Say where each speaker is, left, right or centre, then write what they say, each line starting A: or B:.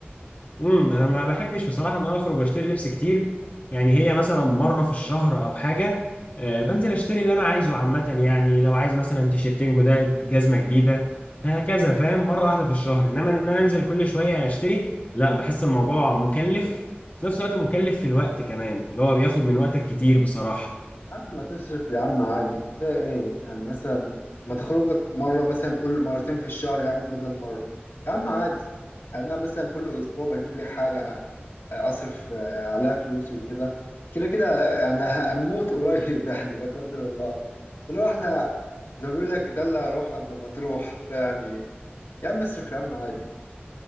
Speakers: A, on the left; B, on the left.
A: امم انا ما بحبش بصراحه ان انا اخرج واشتري لبس كتير يعني هي مثلا مره في الشهر او حاجه آه، بنزل اشتري اللي انا عايزه عامه يعني لو عايز مثلا تيشيرتين جداد جزمه جديده هكذا فاهم مره واحده في الشهر انما ان انا انزل كل شويه اشتري لا بحس الموضوع مكلف في نفس الوقت مكلف في الوقت كمان اللي هو بياخد من وقتك كتير بصراحه
B: اما ما تصرف يا عم عادي فا ايه يعني مثلا ما تخرجك مرة مثلا كل مرتين في الشهر يا عم بدل مرة يا عم عادي يعني انا مثلا كل اسبوع بجيب لي حاجة آه، اصرف آه، عليها فلوسي وكده كده كده انا هنموت قريب <laughs> يعني لا قدر الله فلو احنا زي ما بيقول لك دلع روح قبل ما تروح فيعني يا عم اصرف يا عم عادي